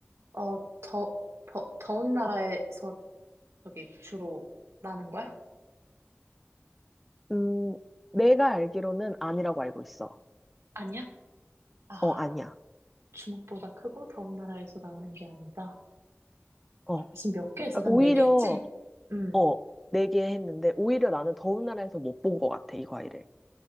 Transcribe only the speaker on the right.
어, 더, 더, 더운 나라에서 저기 주로 나는 거야?
아니야? 아,
주먹보다 크고 더운 나라에서 나는 게 아니다.
지금 몇 개 했어?
난
네 개 했지? 응.